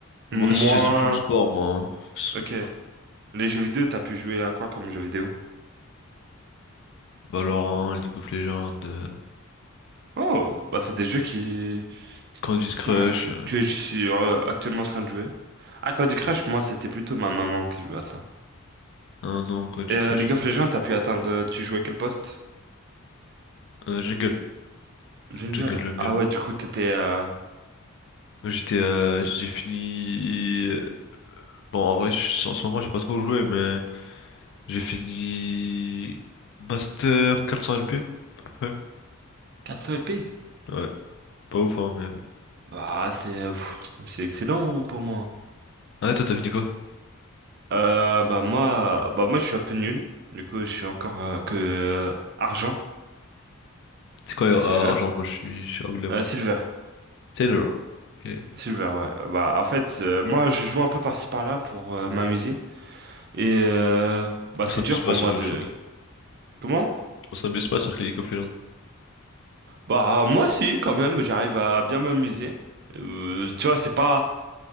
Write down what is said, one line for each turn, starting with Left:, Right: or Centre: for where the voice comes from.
Right: Moins...
Left: Ouais, c'est surtout le sport, moi. hein. C'est Surtout
Right: Ok.
Left: le sport.
Right: Les jeux vidéo, t'as pu jouer à quoi comme jeux vidéo?
Left: Valorant, League of Legends, euh,
Right: Oh, bah c'est des jeux qui...
Left: Candy Crush.
Right: bah, que
Left: euh,
Right: que je suis euh, actuellement en train de jouer. Ah, Candy Crush, moi, c'était plutôt ma maman qui jouait à ça.
Left: Ah non, Candy
Right: Et euh,
Left: Crush,
Right: League of
Left: ça.
Right: Legends, t'as pu atteindre. euh, Tu jouais quel poste?
Left: Euh, Jungle.
Right: Jungle.
Left: Jungle, Jungle.
Right: Ah ouais, du coup, t'étais euh,
Left: Moi, J'étais. euh, j'ai fini. euh, Bon, en vrai, je- en ce moment, j'ai pas trop joué, mais. J'ai fini Master 400 LP, à peu
Right: 400 p.
Left: près. Ouais, pas ouf, hein, mais bon.
Right: Bah, c'est euh, pff, c'est excellent pour moi.
Left: Ah, ouais, toi, t'as fini quoi?
Right: Euh, bah moi, bah moi, je suis un peu nul. Du coup, je suis encore euh, que euh, argent,
Left: C'est quoi euh,
Right: Euh, silver,
Left: argent? Moi, je suis, je suis anglais, moi.
Right: Euh, silver,
Left: Taylor. Ok.
Right: silver. Ouais. Bah en fait, euh, moi, je joue un peu par-ci par-là pour euh, m'amuser. Et euh, bah
Left: On
Right: c'est
Left: s'amuse
Right: dur
Left: pas
Right: pour
Left: sur
Right: moi
Left: League
Right: de.
Left: of Legends.
Right: Comment?
Left: On s'amuse pas sur League of Legends.
Right: Bah moi, si, quand même, j'arrive à bien m'amuser. Euh, tu vois, c'est pas